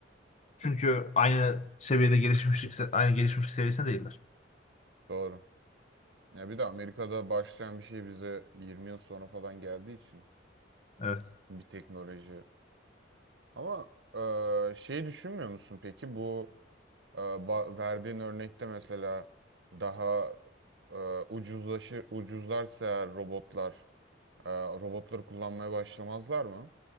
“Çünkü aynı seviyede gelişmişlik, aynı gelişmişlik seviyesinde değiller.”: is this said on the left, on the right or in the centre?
Left